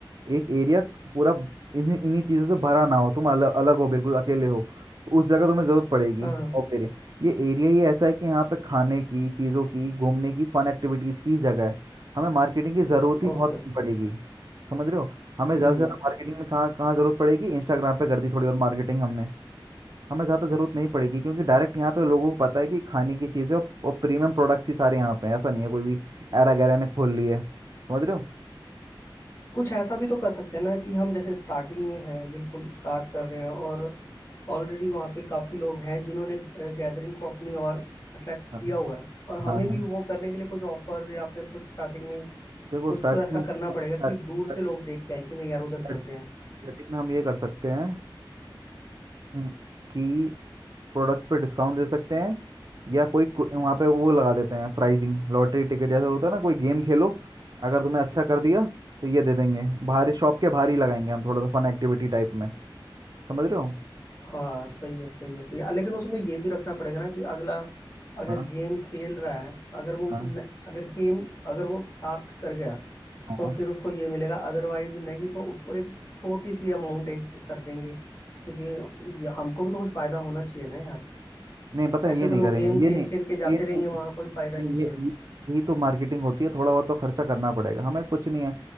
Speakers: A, on the right; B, on the left.
A: एक एरिया पूरा इन्हीं इन्हीं चीज़ों से भरा ना हो तुम अलग अलग हो बिल्कुल अकेले हो तो उस जगह तुम्हें ज़रूरत पड़ेगी
B: हाँ
A: और फिर ये एरिया ही ऐसा है कि यहाँ पे खाने की चीज़ों की घूमने की फन एक्टिविटीज़ की जगह है हमें मार्केटिंग की ज़रूरत ही बहुत
B: ओके
A: कम पड़ेगी समझ रहे हो हमें ज़्यादा
B: हम्म
A: से ज़्यादा मार्केटिंग में कहाँ कहाँ ज़रूरत पड़ेगी इंस्टाग्राम पे कर दी थोड़ी बहुत मार्केटिंग हमने हमें ज़्यादा ज़रूरत नहीं पड़ेगी क्योंकि डायरेक्ट यहाँ पे लोगों को पता है कि खाने की चीज़ है और, और प्रीमियम प्रोडक्ट्स ही सारे यहाँ पे हैं ऐसा नहीं है कोई भी एरा गैरा ने खोल ली है समझ रहे हो
B: कुछ ऐसा भी तो कर सकते हैं ना कि हम जैसे स्टार्टिंग में हैं बिल्कुल स्टार्ट कर रहे हैं और ऑलरेडी वहाँ पे काफी लोग हैं जिन्होंने गैदरिंग को अपनी ओर अट्रैक्ट किया
A: हाँ
B: हुआ है और
A: हाँ
B: हमें भी
A: हाँ।
B: वो करने के लिए कुछ ऑफर्स या फिर कुछ स्टार्टिंग में
A: देखो
B: कुछ
A: स्टार्टिंग
B: तो ऐसा
A: में
B: करना
A: स्टार्टिंग
B: पड़ेगा कि दूर से लोग देख के आए कि नहीं यार उधर
A: स्टार्टिंग
B: चलते हैं
A: में हम ये कर सकते हैं हम्म, कि प्रोडक्ट्स पे डिस्काउंट दे सकते हैं या कोई कु- वहाँ पे वो लगा देते हैं प्राइजिंग लॉटरी टिकट जैसा होता है ना कोई गेम खेलो अगर तुमने अच्छा कर दिया तो ये दे देंगे बाहर शॉप के बाहर ही लगाएंगे हम थोड़ा सा फन एक्टिविटी टाइप में समझ रहे हो
B: हाँ सही है सही है सही है लेकिन उसमें ये भी रखना पड़ेगा ना कि अगला अगर
A: हाँ
B: गेम खेल रहा है अगर वो
A: हाँ
B: न, अगर गेम अगर वो टास्क कर गया
A: हाँ
B: तो फिर उसको ये मिलेगा अदरवाइज नहीं तो उसको एक छोटी सी अमाउंट एक कर देंगे क्योंकि ये हमको भी तो कुछ फायदा होना चाहिए ना यार
A: नहीं पता है
B: ऐसे
A: ये
B: तो
A: नहीं
B: लोग
A: करेंगे
B: गेम
A: ये
B: खेल
A: नहीं
B: खेल के जाते
A: ये नहीं
B: रहेंगे वहां कोई फायदा
A: नहीं
B: नहीं उस
A: ये
B: चीज का
A: ये ये तो मार्केटिंग होती है थोड़ा बहुत तो खर्चा करना पड़ेगा हमें कुछ नहीं है